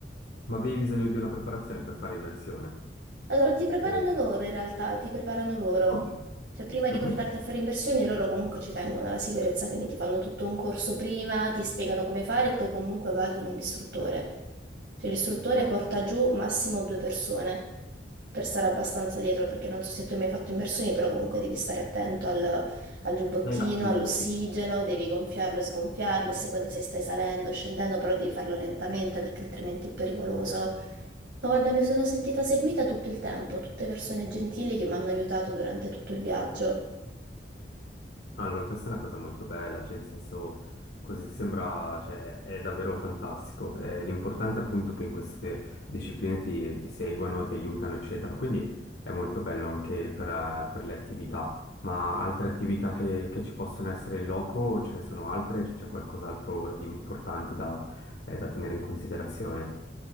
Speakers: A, on the left; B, on the right.
A: Ma avevi bisogno di una preparazione per fare immersione?
B: Allora, ti preparano
A: O-
B: loro in realtà, ti preparano loro.
A: Ok.
B: Cioè, prima di
A: Mhm.
B: portarti a fare immersioni, loro comunque ci tengono alla sicurezza, quindi ti fanno tutto un corso prima, ti spiegano come fare e poi comunque vai con un istruttore. Cioè, l'istruttore
A: Ok.
B: porta giù massimo due persone per stare abbastanza dietro, perché non so se tu hai mai fatto immersioni, però comunque devi stare attento al, al giubbottino,
A: E appunto
B: all'ossigeno,
A: sì.
B: devi gonfiarlo e sgonfiarlo, a seconda se stai salendo o scendendo, però devi farlo lentamente perché altrimenti è pericoloso. No, guarda, mi sono sentita seguita tutto il tempo, tutte persone gentili che mi hanno aiutato durante tutto il viaggio.
A: Allora, questa è una cosa molto bella, cioè in senso così sembra, cioè è davvero fantastico. Eh, l'importante è appunto che in queste discipline ti, ti seguano, ti aiutano, eccetera. Quindi è molto bello anche per, eh, per le attività. Ma altre attività che, che ci possono essere in loco, ce ne sono altre? C'è qualcos'altro di importante da, eh, da tenere in considerazione?